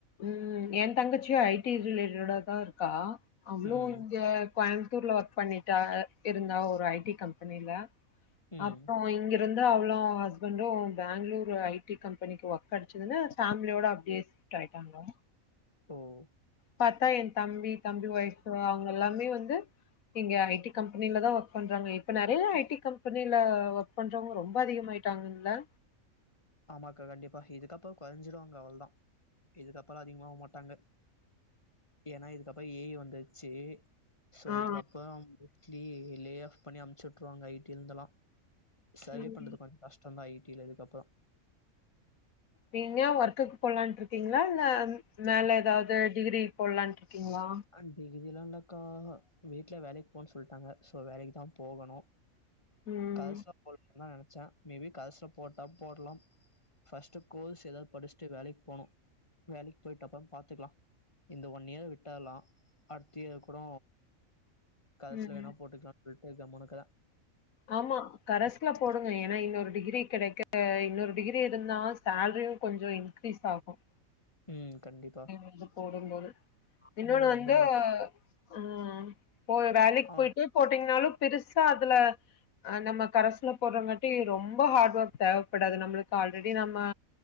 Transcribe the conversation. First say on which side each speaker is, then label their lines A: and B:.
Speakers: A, on the left; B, on the left.
A: ம் என் தங்கச்சியு ஐ டி ரிலேட்டடா தா இருக்கா அவளு
B: ம்
A: இங்க கோயம்புத்தூர்ல ஒர்க் பண்ணிட்டா இருந்தா ஒரு ஐ டி கம்பெனில்ல
B: ம்
A: அப்பவ் இங்கிருந் து அவுளு அவ ஹஸ்பண்ட்டும் பேங்ளூர்ல ஐ டி கம்பெனிக்கு ஒர்க் கடச்சதுனு பேமிலியோட அப்டியே ட் ஆய்ட்டாங்கா
B: ம்
A: பாத்தா என் தம்பி தம்பி ஒய்ஃப்பு அவுங்க எல்லாமே வந்து இங்க ஐ டி கம்பெனில்ல தா ஒர்க் பண்றாங்க இப்ப நெறைய ஐ டி கம்பெனில்ல ஒர்க் பண்றவங்க ரொம்ப அதிகமாயிட்டாங்ள
B: ஆமாக்கா கண்டிப்பா இதுக்கப்றோ கொறஞ்சிருவாங்க அவுள்தா இதுக்கப்புறோ அதிகமா ஆவ் மாட்டாங்க ஏன்னா இதுக்கப்பறோ ஏ எ வந்துருச்சி சோ
A: ஆ
B: இதுக்கப்றோ மோஸ்ட்லி லே ஆஃப் பண்ணி அம்ச்சு உட்ருவாங்க ஐ டிலந்துலா சர்வே
A: ம்
B: பண்றது கொஞ் கஷ்டந்தா ஐ டி ல இதுக்கப்பறோ
A: நீங்க ஒர்க்குக்கு போலான்ட் இருக்கீங்ளா இல்ல மேல எதாவ்து டிகிரி போல்லான்ட்டு இருக்கீங்ளா
B: அ டிகிரில்லா இல்லக்கா வீட்ல வேலைக்கு போன் சொல்ட்டாங்க சோ வேலைக்கு தா போகணு
A: ம்
B: கரஸ்ல போல் தா நெனச்ச மேபி கரஸ்ல போட்டா போட்லாம் ஃபர்ஸ்ட்டு கோர்ஸ் எதாவ்து படிஷ்ட்டு வேலைக் போணு வேலைக் போய்ட்டு அப்றம் பாத்துக்லா இந்த ஒன் இயர் விட்டால்லா அடுத்த இயர் கூட கரஸ்ல
A: ம்
B: வேணா போட்டுக்லாம் விட்டு கம்முன்னுக்குற
A: ஆமா கரஸ்ல போடுங்க ஏன்னா இன்னொரு டிகிரி கெடைக்க இன்னொரு டிகிரி இருந்தா சேல்ரியும் கொஞ்சோ இன்க்ரீஸ் ஆகும்
B: ம் கண்டிப்பா
A: எழுந்து வந்து போடுன்பாரு இன்னொன்னு
B: அவங்க ரெண்டு
A: வந்து
B: மூணு
A: ம் போய் வேலைக்கு
B: அவங்க
A: போய்ட்டு போட்டீங்ன்னாலும் பெருசா அதுல அ நம்ம கரஸ்ல போட்றங்காட்டி ரொம்ப ஹார்ட் ஒர்க் தேவப்படாது நம்ளுக்கு ஆல்ரெடி நம்ம